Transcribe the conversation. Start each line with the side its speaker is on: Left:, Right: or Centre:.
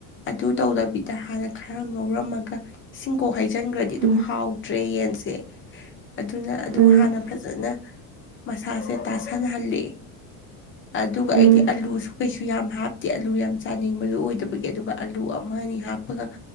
Left: ꯑꯗꯨ ꯇꯧꯗꯕꯤꯗ ꯍꯥꯟꯅ ꯈꯔ ꯉꯧꯔꯝꯃꯒ ꯏꯁꯤꯡꯀꯣꯛ ꯍꯩꯖꯤꯟꯈ꯭ꯔꯗꯤ ꯑꯗꯨꯝ
Right: ꯎꯝ
Left: ꯍꯥꯎꯗ꯭ꯔꯦ ꯌꯦꯟꯁꯦ ꯑꯗꯨꯅ ꯑꯗꯨ
Right: ꯎꯝ ꯎꯝ
Left: ꯍꯥꯟꯅ ꯐꯖꯅ ꯃꯁꯥꯁꯦ ꯇꯥꯁꯟꯍꯜꯂꯤ ꯑꯗꯨꯒ
Right: ꯎꯝ ꯎꯝ ꯎꯝ
Left: ꯑꯩꯗꯤ ꯑꯥꯂꯨꯁꯨ ꯀꯩꯁꯨ ꯌꯥꯝ ꯍꯥꯞꯇꯦ ꯑꯂꯨ ꯌꯥꯝ ꯆꯥꯅꯤꯡꯕꯗꯨꯣ ꯑꯣꯏꯗꯕꯒꯤ ꯑꯗꯨꯒ ꯑꯂꯨ ꯑꯃ ꯑꯅꯤ ꯍꯥꯞꯄꯒ